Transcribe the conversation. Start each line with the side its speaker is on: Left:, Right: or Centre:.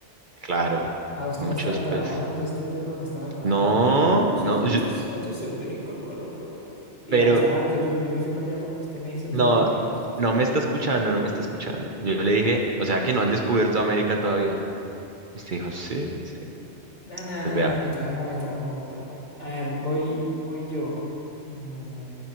Right: Claro,
Left: Ah, usted
Right: mucho
Left: me estaba
Right: después.
Left: tramando, este perro me estaba tramando.
Right: No,
Left: Uy, eso
Right: no,
Left: fue
Right: yo-
Left: antes, antes de América, claro, claro, claro. Y
Right: pero
Left: ah, claro, o sea, yo, yo me fui para allá porque usted me hizo antes
Right: No,
Left: de América. Yo, así
Right: no
Left: como,
Right: me está escuchando, no me está escuchando. Yo le dije, o sea que no han descubierto América todavía. Y usted dijo, sí, sí.
Left: no, no,
Right: Entonces
Left: no,
Right: vea,
Left: no, me tramó, me tramó, me tramó. A ver, voy, voy yo. Mm,